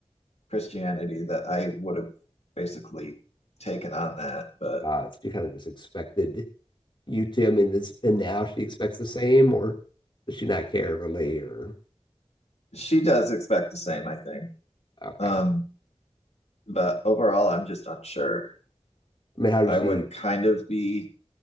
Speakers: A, on the left (about 85°); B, on the left (about 50°).
A: Christianity that I would have basically taken on that, but
B: uh, she kind of just expected you to. I mean, this, and now she expects the same, or does she not care really? Or
A: she does expect the same, I think.
B: okay,
A: Um, but overall, I'm just unsure.
B: I mean, how did
A: I
B: she?
A: would kind of be,